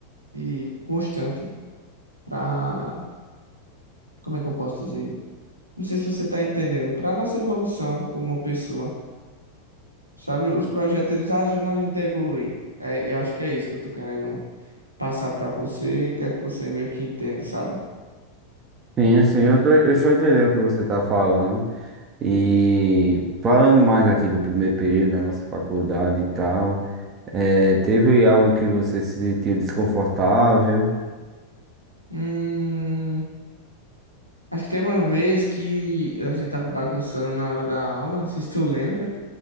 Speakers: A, on the right; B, on the right.
A: e constante para, como é que eu posso dizer? Não sei se você está entendendo, para nossa evolução como pessoa, sabe? Os projetos eles ajudam a gente a evoluir. É, eu acho que é isso que eu tô querendo passar para você e quero que você meio que entenda, sabe?
B: Sim, sim, eu tô, eu já entendi o que você está falando. E falando mais aqui do primeiro período da nossa faculdade e tal, eh, teve algo que você se sentiu desconfortável?
A: Hum, acho que teve uma vez que a gente tava bagunçando na hora da aula, não sei se tu lembra.